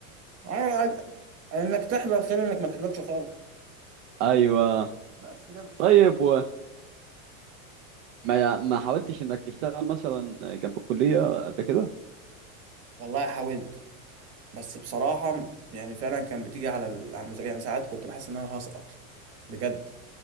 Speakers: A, on the right; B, on the right.
A: ع- ع- انك تحضر خير انك ما تحضرش خالص
B: ايوه
A: بس كده
B: طيب وما ما حاولتش انك تشتغل مثلا جنب الكلية قبل كده
A: والله حاولت بس بصراحة يعني فعلا كان بتيجي على ال- على المذاكرة يعني ساعات كنت بحس إن أنا هسقط بجد